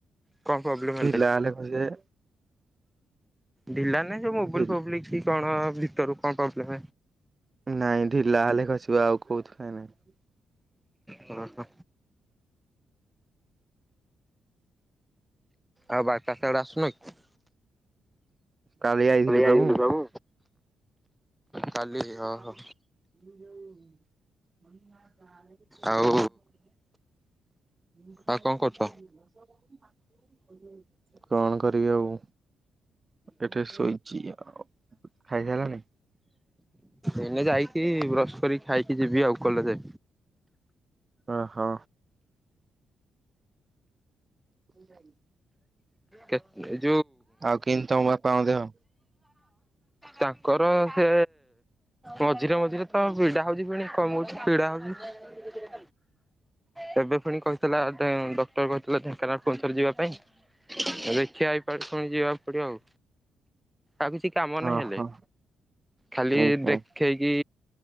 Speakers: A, in the centre; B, on the right.
A: କଣ ପ୍ରୋବ୍ଲେମ ହେଲା
B: ଢିଲା
A: କି
B: ହେଲେ ଖସେ
A: ଢ଼ିଲା ନାଇ ସେ ମୋବିଲ
B: ଢି
A: ଫୋବିଲ କି କଣ ଭିତରୁ କଣ ପ୍ରୋବ୍ଲେମ
B: ନାଇଁ ଢିଲା ହେଲେ ଖସିବ ଆଉ କୋଉଥିରେ ନାଇଁ ।
A: ହ ହୋ। ଆଉ ବାଟ ଟ ଆଡେ ଆସୁନ କି?
B: କାଲି ଆଇଥିଲି
A: ଆଇଥିଲୁ
B: ମୁଁ।
A: ସବୁ। କାଲି ଓହୋ
B: ଆଉ ଯଉ । ମୁ। <unintelligible>
A: ଆଉ ଆଉ କଣ କରୁଛ?
B: କଣ କରିବି ଆଉ ଏଠେ ଶୋଇଚି ଆଉ ଖାଇସାରିଲନି?
A: ଏନ ଯାଇ କି ବ୍ରସ କରି ଖାଇକି ଯିବି ଆଉ କଲେଜେ
B: ଓହୋ ଯାଇ
A: କେତ
B: ଆଉ କିନ୍ତି ବାପାଙ୍କ ଦେହ?
A: ତାଙ୍କର ସେ ମଝିରେ ମଝିରେ ତ ପିଡା ହଉଚି ପୁଣି କମୁଚି ପୀଡା ହଉଚି ବେବେ ପୁଣି କହିଥିଲା ତେ ଡକ୍ଟର କହିଥିଲା ଢେଙ୍କାନାଳ ଫୁଣି ଥରେ ଯିବା ପାଇଁ ଦେଖିବା ଏଇ ପାଳି ଫୁଣି ଯିବାକୁ ପଡିବ ଆଉ ଆଉ କିଛି କାମ ନାହିଁ
B: ଓହୋ
A: ହେଲେ ଖାଲି
B: ହୁଁ ହୁଁ
A: ଦେଖେଇକି